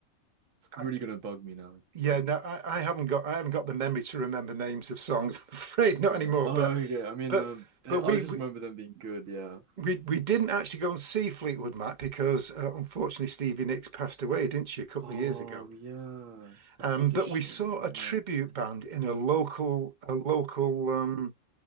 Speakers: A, on the right (about 65°); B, on the right (about 40°).
A: It's
B: I,
A: really gonna bug me now,
B: yeah,
A: but
B: no, I, I haven't got I haven't got the memory to remember names of songs, <laughs> I'm afraid, not
A: yeah.
B: anymore.
A: <laughs> Oh,
B: But
A: okay. I mean,
B: but
A: Um. they,
B: but
A: I
B: we
A: just
B: we
A: remember them being good, yeah.
B: we, we didn't actually go and see Fleetwood Mac because uh, unfortunately Stevie Nicks passed away, didn't she, a couple
A: Oh,
B: of years ago?
A: yeah. That's
B: Um,
A: such
B: but
A: a shame.
B: we saw a tribute
A: Yeah.
B: band in a local, a local, um,